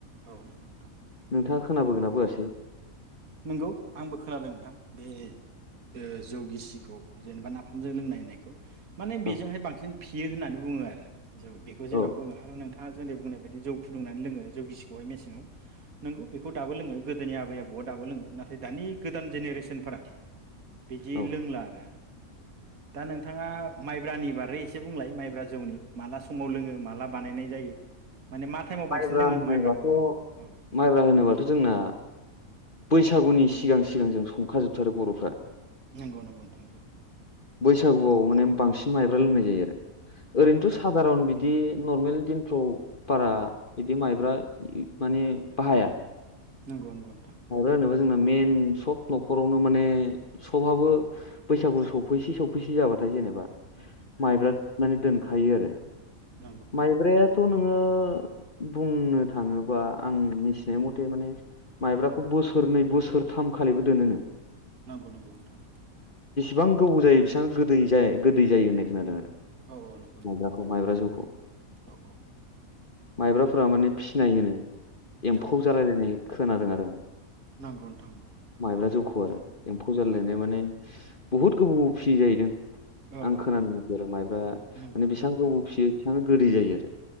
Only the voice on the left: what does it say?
थाङा खोनाबोगोना बोआसै।
औ
औ
औ
माइब्रा
होनोबाथ'
माइब्रा होनोबाथ' जोंना बैसागुनि सिगां सिगां जों संखाजोबथारो बर'फ्रा।
बैसागुआव माने बांसिन माइब्रा लोंनाय जायो आरो।
ओरैनोथ' सादारन बिदि दि नरमेल दिनफ्राव बारा बिदि माइब्रा माने बाहाया
मायब्रा <unintelligible> जोंना मइेन सब न'खरावनो माने सबहाबो बैसागु सौफैसे सौफैसे जाबाथाय जेनेबा माइब्रा मानो दोन थायो आरो।
माइब्रायाथ' नोङो बुंनो थाङोबा आं मिथिनाय मथे माने माइब्राखौ बोसोरनै बोसोरथाम खालैबो दोनोनो।
बां गोबौ जायो बिसिबां गोदै जाय गोदै जायो होननाय खोनादों आरो।
माइब्राखौ माइब्रा
जौखौ
माइब्राफोरा माने फिसिनाय होनो। एम्फौ
जालायलायनाय खो नादों आरो आं।
<inaudible> माइब्रा जौखौ आरो
एम्फौ जाललायनाय
माने बहुत गोबाव फियो जाहैदों।
आं
खोनानो मोनसयो आरो माइब्रा
माने बेबां
गोबाव
फिसियो बेसेबांनो गोदै जायो। आरो